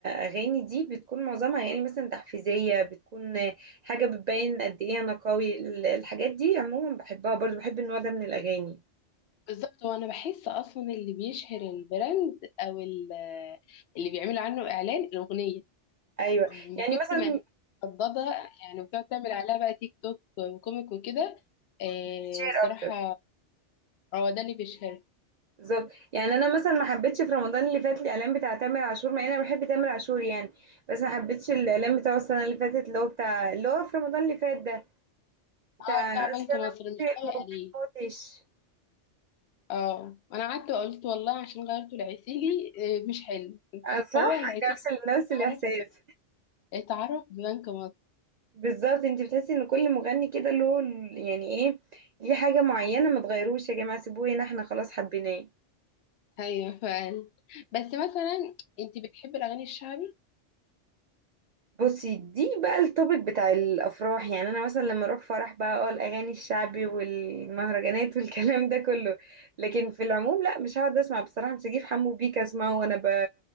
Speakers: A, on the right; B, on the left.
A: اغاني دي بتكون معظمها يعني مثلا تحفيزية بتكون حاجة بتبين قد ايه انا قوي ال- الحاجات دي عموما بحبها برضه بحب النوع ده من الاغاني
B: بالظبط هو انا بحس اصلا اللي بيشهر البراند او ال- اللي بيعملوا عنه اعلان الاغنيه
A: ايوه
B: من
A: يعني
B: كتر
A: مثلا
B: ما
A: من
B: الناس مردده يعني بتقعد تعمل عليها بقى تيك توك وكوميك وكده آه
A: الشعر
B: الصراحه
A: اكتر
B: هو ده اللي بيشهر
A: بالظبط يعني انا مثلا ما حبيتش في رمضان اللي فات الاعلان بتاع تامر عاشور مع ان انا بحب تامر عاشور يعني بس ما حبيتش الاعلان بتاعه السنه اللي فاتت اللي هو بتاع اللي هو في رمضان اللي فات ده بتاع
B: اه بتاع بنك
A: اصل انا
B: مصر
A: موتي
B: مش لايق
A: الموبايل
B: عليه
A: موتش
B: اه انا قعدت وقلت والله عشان غيرته لعسيلي آه مش حلو
A: آه، صح
B: هو العسيلي
A: نفس ال- نفس
B: اتعرف
A: الاحساس
B: اتعرف ببنك مصر
A: بالظبط انت بتحسي ان كل مغني كده له ال- يعني ايه ليه حاجه معينه ما تغيروش يا جماعه سيبوه هنا احنا خلاص حبيناه
B: ايوه فعلا بس مثلا انت بتحبي الاغاني الشعبي
A: بصي دي بقى التوبيك بتاع الافراح يعني انا مثلا لما اروح فرح بقى اه الاغاني الشعبي والمهرجانات <laughs> والكلام ده كله لكن في العموم لا مش هقعد اسمع بصراحه مش هجيب حمو بيك اسمعه وانا ب...